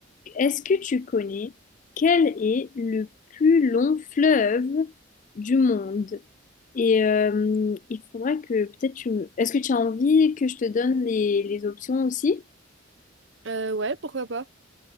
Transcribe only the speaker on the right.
Euh, ouais, pourquoi pas.